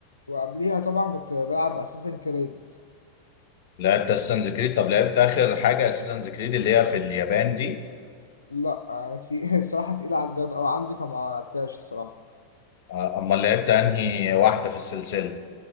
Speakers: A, on the left; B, on the left.
A: وقبليها طبعا كنت بلعب أساسن كريد
B: لعبت اساسنز كريد طب لعبت اخر حاجة اساسنز كريد اللي هي في اليابان دي
A: لا آه، في... <laughs> الصراحة تقيلة على الجهاز أوي عندي فما لعبتهاش الصراحة
B: آه، امال لعبت انهي واحدة في السلسلة